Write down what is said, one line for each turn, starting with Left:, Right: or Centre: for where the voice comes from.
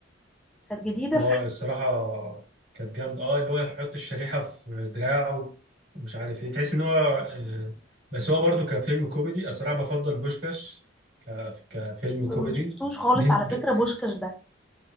Centre: كانت جديده
Right: هو الصراحة كانت جامدة اه اللي هو يحط الشريحة في دراعه ومش عارف ايه تحس ان هو آه، بس هو برضو كفيلم كوميدي الصراحة بفضل بوشكاش ك- كفيلم كوميدي
Centre: انا ما شفتوش خالص
Right: دي انت-
Centre: على فكره بوشكاش ده